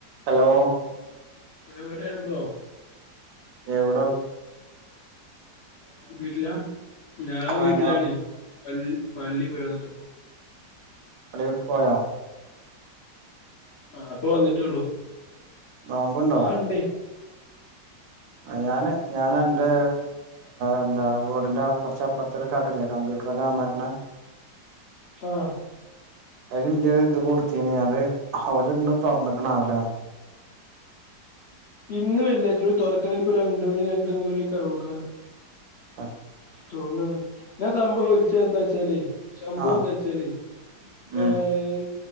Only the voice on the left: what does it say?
എവിടെണ് ബ്രോ
വീട്ടിലാ ഞാ
വീട്ടിലാണേ
പ പള്ളി പോയി വന്നതാ ഇപ്പോ
ആ പ്പൊ വന്നിട്ടേള്ളു
ആ ണ്ടേയ്
ആ
ഇന്ന് വെല്ലിയരു തുറക്കണൽപ്പോ രണ്ട് മണി രണ്ട് മൂന്ന് മണിയൊക്കെ ആകക്കാരെ
തോന്നത് ഞാൻ സംഭവം വിളിച്ച എന്താ വച്ചാ ല്ലേസംഭവം
എന്താ വച്ചാല്ലേ
ഏ <unintelligible> ർ